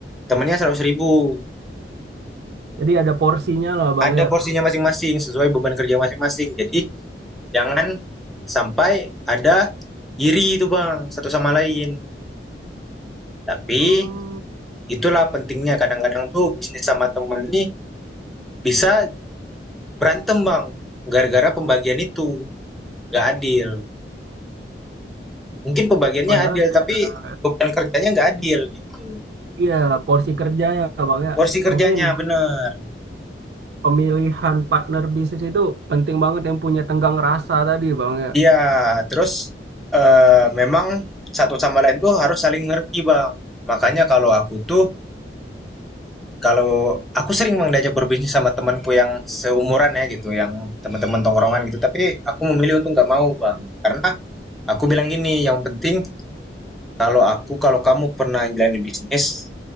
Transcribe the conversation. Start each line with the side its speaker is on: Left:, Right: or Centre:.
Centre: temennya seratus ribu,
Right: jadi ada porsinya lah Bang
Centre: Ada
Right: ya.
Centre: porsinya masing-masing sesuai beban kerja masing-masing. Jadi Jangan sampai ada iri itu Bang, satu sama lain. Tapi
Right: Hmm,
Centre: itulah pentingnya kadang-kadang tuh bisnis sama temen nih bisa berantem Bang, gara-gara pembagian itu nggak adil. Mungkin pembagiannya
Right: padahal
Centre: adil,
Right: secara,
Centre: tapi beban kerjanya nggak adil gitu.
Right: iya porsi kerjanya Bang ya.
Centre: Porsi kerjanya
Right: Mungkin
Centre: bener.
Right: pemilihan partner bisnis itu penting banget yang punya tenggang rasa tadi Bang ya.
Centre: Iya, terus eh, memang satu sama lain tuh harus saling ngerti Bang. Makanya kalau aku tuh kalau aku sering Bang diajak berbisnis sama temanku yang seumuran ya gitu, yang teman-teman tongkrongan gitu. Tapi aku memilih untuk nggak mau Bang, karena aku bilang gini, yang penting kalau aku, kalau kamu pernah jalanin bisnis,